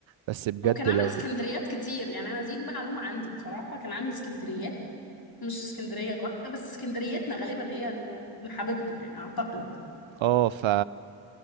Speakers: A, on the right; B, on the left.
A: بس بجد
B: هو كان عامل
A: لو
B: اسكندريات كتير يعني انا دي المعلومه عندي بصراحه كان عامل اسكندريات مش اسكندريه واحده بس اسكندريتنا غالبا هي ال- اللي حبيبته يعني اعتقد
A: اه ف